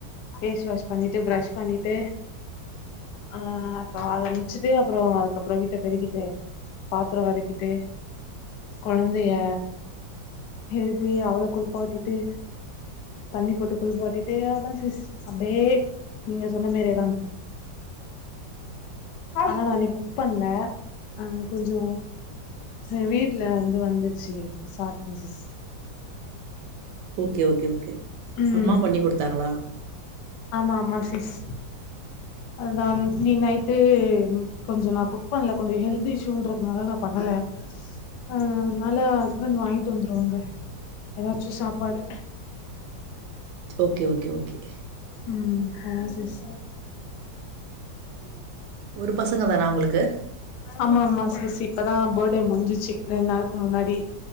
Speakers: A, on the left; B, on the right.
A: ஃபேஸ் வாஷ் பண்ணிட்டு ப்ரஷ் பண்ணிட்டு ஆ அக்கா அத முச்சுட்டே அப்புறோ அதுக்கப்புறோ வீட்ட பெருக்கிட்டு பாத்திரோ வெலக்கிட்டு கொழந்தைய எழுப்பி அவள குளிப்பாட்டிட்டு தண்ணி போட்டு குளிபாட்டிட்டு அதா சிஸ் அப்டியே நீங்க சொன்ன மாரியே தா ஆனா நா இன்னைக்கு குக் பண்ல அ கொஞ்சோ ஹ வீட்டுல இருந்து வந்துச்சு சாப்ட சிஸ்
B: ஓகே ஓகே ஓகே
A: ம்
B: அம்மா பண்ணி கொடுத்தாங்களா
A: ஆமா ஆமா சிஸ் அதா நீ நைட்டு கொஞ்சொ நா குக் பண்ல கொஞ்சொ ஹெல்த் இஷ்யூன்றதுனால நா பண்ணல அ அ அனால ஹஸ்பண்ட் வாங்கிட்டு வந்துருவாங்க ஏதாச்சு சாப்பாடு
B: ஓகே ஓகே ஓகே
A: ம் ஹா சிஸ்
B: ஒரு பசங்க தானா உங்களுக்கு
A: ஆமா ஆமா சிஸ் இப்பதா பேட்டே முடிஞ்சிச்சு ரெண் நாள்க்கு முன்னாடி